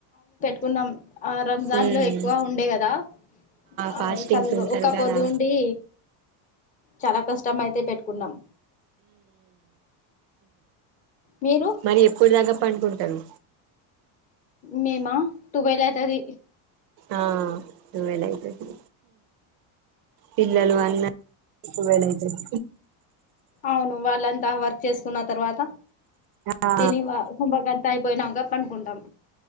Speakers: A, on the left (about 15°); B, on the right (about 50°).
A: తున్నాం ఆ రంజాన్
B: ఉమ్
A: లో ఎక్కువ ఉండే కదా ఆ
B: ఫాస్టింగ్స్
A: అసలు
B: ఉంటారు
A: ఒక
B: కదా
A: పొద్దు ఉండి చాలా కష్టం అయితే పెట్టుకున్నాం మీరు
B: మరి ఎప్పుడు దాకా పనుకుంటారు
A: మేమా ట్వెల్వ్ అవుతది
B: ఆ ట్వెల్వ్ అవుతది పిల్లలు అన్ని ట్వెల్వ్ అయితది
A: అవును వాళ్ళంతా వర్ చేసుకున్న తర్వాత
B: ఆ
A: తిని వై కుంభక తైపోయినా పడుకుంటాం